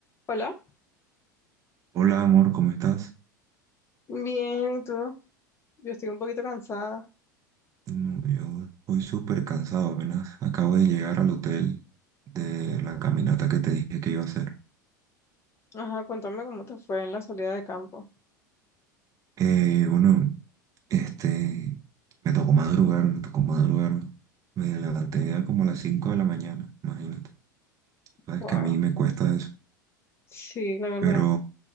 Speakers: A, on the left (about 25°); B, on the right (about 30°).
A: Hola,
B: Hola amor, ¿cómo estás?
A: bien, ¿y tú? Yo estoy un poquito cansada.
B: No, yo estoy súper cansado, apenas acabo de llegar al hotel de la caminata que te dije que iba a hacer.
A: Ajá, cuéntame cómo te fue en la salida de campo.
B: Eh, bueno, este, me tocó madrugar, me tocó madrugar. Me levanté ya como a las 5 de la mañana, imagínate. Sabes
A: Wow.
B: que a mí me cuesta eso.
A: Sí, la verdad.
B: Pero,